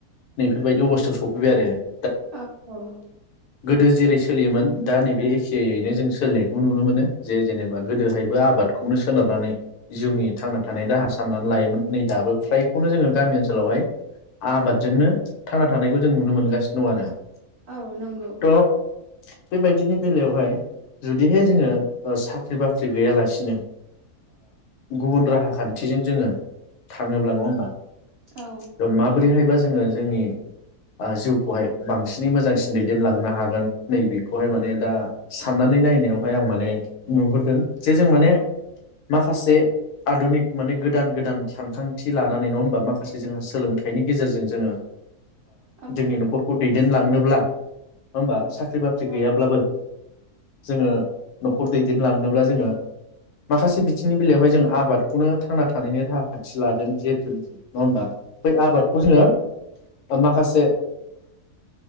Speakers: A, on the left (about 75°); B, on the right (about 75°).
A: नैफोरबायदि अबस्थायाव सफै <unintelligible>
B: औ औ
A: गोदो जेरै सोलियोमोन दा नैबे एखेयैनो जों सोलिनायखौ नुनो मोनो जे जेनेबा गोदोहायबो आबादखौनो सोनारनानै जिउनि थांना थानायनि राहा सामनानै लायोमोन नै दाबो फ्रायखौनो जोङो गामि ओनसोलावहाय आबादजोंनो
B: औ
A: थांना थानायखौ जों नुनो मोनगासिनो दं आरो
B: औ नंगौ
A: थ' बेबायदिनि बेलायावहाय जुदिहाय जोङो साख्रि बाख्रि गैयालासिनो गुबुन राहा खान्थिजों जोङो थाङोब्ला नङा होमबा
B: औ
A: माबोरैहाय जोङो जोंनि जिउखौहाय बांसिनै मोजांसिन दैदेनलांनो हागोन नैबेखौहाय माने दा साननानै नायनायावहाय आं माने नुहुरदों जे जों माने माखासे आधुनिक माने गोदान गोदान सानखांथि लानानै नङा होमबा माखासे जोंहा सोलोंथाइनि गेजेरजों जोङो
B: औ
A: जोंनि न'खरखौ
B: नंगौ
A: दैदेनलांनोब्ला ओमबा साख साख्रि बाख्रि
B: औ
A: गैयाब्लाबो जोङो न'खर दैदेनलांनोब्ला जोङो माखासे बिथिंनि बेलायावहाय जों आबादखौनो थांना थानायनि राहा खान्थि लादों जिहेथुनोखि नङा होमबा। बै आबादखौ
B: औ
A: जोङो माखासे